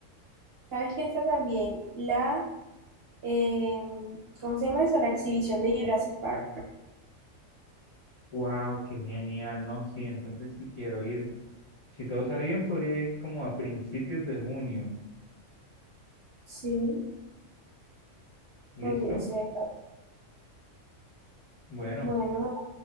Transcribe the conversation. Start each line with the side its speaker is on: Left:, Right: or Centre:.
Right: ¿Sabes que está también la, eh, ¿cómo se llama eso? La exhibición de Jurassic Park.
Left: Wow, qué genial, ¿no? Sí, entonces sí quiero ir. Si todo sale bien, podría ir como a principios de junio.
Right: Sí,
Left: ¿Listo?
Right: podría ser.
Left: Bueno,
Right: Bueno,